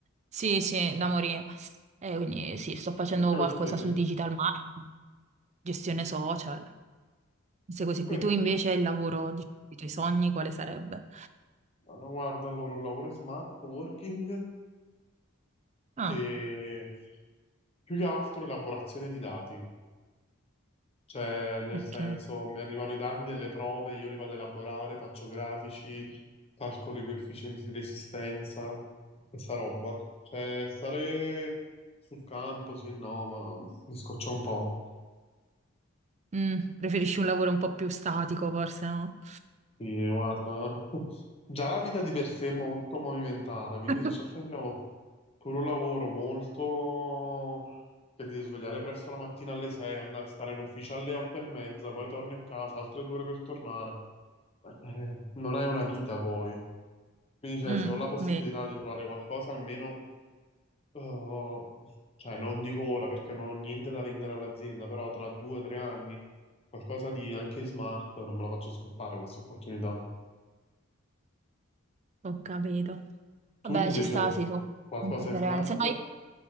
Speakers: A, on the right (about 35°); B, on the left (about 30°).
A: Sì, sì, da morire. Eh, quindi sì, sto facendo
B: anche perché,
A: qualcosa sul digital marketing, gestione social, queste cose
B: anche
A: qui. Tu invece
B: perché,
A: il lavoro, diciamo, i tuoi sogni, quale sarebbe?
B: ah, guarda, il loro lavoro è smart working
A: Ah,
B: e più che altro elaborazione di dati. Cioè, nel
A: ok.
B: senso, mi arrivano i dati delle prove, io li vado a elaborare, faccio grafici, calcolo i coefficienti di resistenza, questa roba. Cioè, stare sul campo, sì e no, ma mi scoccia un po'.
A: Mm, preferisci un lavoro un po' più statico, forse, no?
B: Sì, guarda, <laughs> già la vita di per sé è molto movimentata, quindi
A: <laughs>
B: se ci affianchiamo pure un lavoro molto... che ti devi svegliare presto la mattina alle 6, andare a stare in ufficio alle 8 e mezza, poi torni a casa, altre due ore per tornare. Eh, non hai una vita poi. Quindi, cioè,
A: Mm,
B: se ho la possibilità
A: vero,
B: di trovare qualcosa, almeno, eh, cioè, non dico ora perché non ho niente da vendere all'azienda, però tra due o tre anni, qualcosa di anche smart, non me la faccio scappare questa opportunità.
A: ho capito. Vabbè,
B: Tu invece
A: ci sta,
B: qual-
A: sì, tu.
B: qualcosa
A: Preferenze.
B: è smart?
A: No, io-